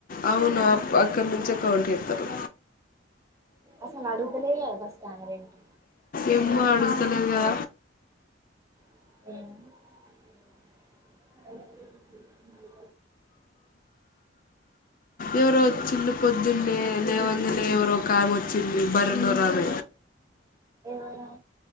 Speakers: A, on the left; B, on the right.
A: అవును అప్ అక్కడి నుంచి అక్కౌంట్ చేత్తరు
B: అసలు అడుగుతలే కదా ఫస్ట్ ఆమె రెంట్
A: ఏమ్మ అడుగుతంది కదా
B: ఎమ్.
A: ఎవరుచ్చల్లు పొద్దునె. లేవంగానే ఎవరో ఒక ఆమె వచ్చింది పల్లెటూరమ్.
B: ఎవరు